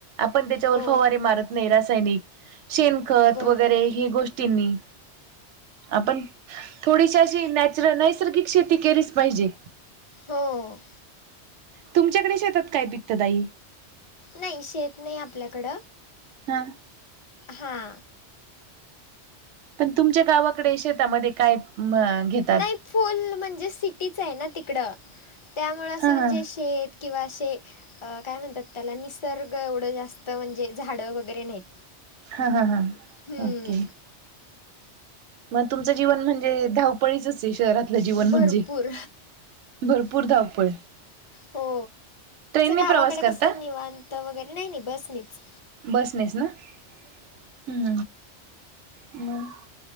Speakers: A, on the right (about 90°); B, on the left (about 40°).
A: आपण त्याच्यावर
B: हो
A: फवारे मारत नाही रासायनिक शेनखत
B: बरोबर
A: वगैरे
B: आहे
A: हे गोष्टींनी आपण थोडीशी अशी नॅचरल नैसर्गिक शेती केलीच पाहिजे.
B: हो.
A: तुमच्याकडे शेतात काय पिकत ताई?
B: नाही शेत नाही आपल्याकड.
A: हा.
B: हा..
A: पण तुमच्या गावाकडे शेतामध्ये काय घेतात?
B: नाही फुल म्हणजे सिटीच आहे ना तिकडं त्यामुळं असं
A: हा
B: म्हणजे
A: हा
B: शेत किंवा असे काय म्हणतात त्याला निसर्ग एवढं जास्त म्हणजे झाडं वगैरे नाहीत.
A: हा, हा, हा,
B: हम्म
A: ओके. मग तुमचं जीवन म्हणजे धावपळीच हे शहरातलं जीवन
B: भरपूर
A: म्हणजे. भरपूर धावपळ.
B: हो.
A: ट्रेनने
B: गावाकडे
A: प्रवास करता
B: कसं निवांत वगैरे नाही, नाही बस नाहीच.
A: बसनेस हम्म. हम्म.